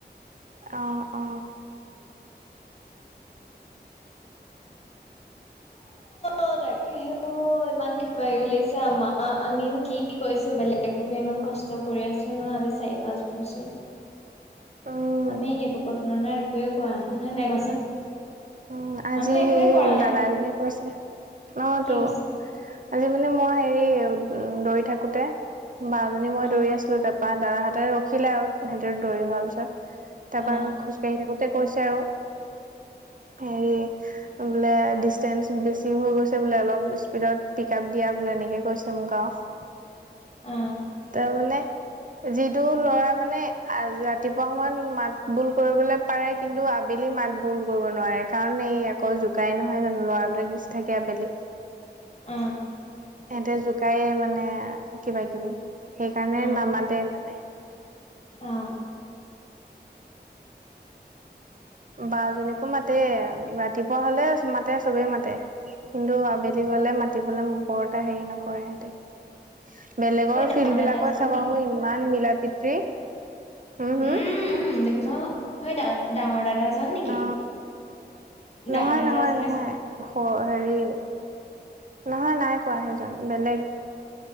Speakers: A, on the right; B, on the left.
A: অ অ <inaudible>
B: অ তাকেহে ইমান কিবা কিবি লাগিছে আমাৰ আমিনো কি কৰিছো বেলেগ। বেলেগ বুৰে ইমান কষ্ট কৰি আছো ন আজি চাৰি পাঁচ বছৰ।
A: উম,
B: আমি সেইবোৰৰ তুলনাত একোৱে কোৱা নাই হয় নাই কোৱাচোন।
A: উম আজি
B: আমিতো একোৱে
A: সেই
B: কৰা নাই
A: দাদা এজনে কৈছে অ
B: কি
A: তো
B: কৈছে
A: আজি মানে মই হেৰি উ দৌৰি থাকোতে বাজনী মই
B: অ
A: দৌৰি আছিলো তাৰ। ত দাদাহঁতে ৰখিলে আৰু সিহতি দৌৰি হোৱাৰ পিছত তাৰ
B: অ
A: পৰা খোজকাঢ়ি থাকোতে। কৈছে আৰু হেৰি। বোলে ডিচষ্টেঞ্চ বেছি হৈ গৈছে বোলে অলপ স্পীডত পিক আপ দিয়া বোলে এনেকে কৈছে মোক আৰু।
B: উম।
A: তাৰ মানে যিটো ল'ৰা মানে ৰাতিপুৱা সময়ত মাত বোল কৰিবলে পাৰে কিন্তু আবেলি মাত বোল কৰিব নোৱাৰে কাৰণ এই আকৌ জোকাই নহয় জানো ল'ৰাবিলাক বেছি থাকে আবেলি। <inaudible>
B: অ
A: এহতে জোকায়ে মানে কিবা কিবি সেইকাৰণে
B: অ
A: নামাতে মানে।
B: অ।
A: বা জনীকো মাতে ৰাতিপুৱা হলে মাতে চবেই মাতে। কিন্তু আবেলি হ'লে মাতিবলে বৰ এটা হেৰি নকৰে সিহঁতে। বেলেগৰ
B: ঐ ডাঙৰ
A: ফিল্ড বিলাকত
B: দাদাজন
A: চাব
B: নি
A: আহো ইমান মিলা প্ৰীতি হম হম।
B: উম উম দেখিছ সেই দাদা ডাঙৰ দাদাজন নেকি?
A: অ নহয়
B: ডাঙৰ দাদাজনে
A: নহয় নহয়
B: আছে।
A: হেৰি নহয় নাই কোৱা সেইজন বেলেগ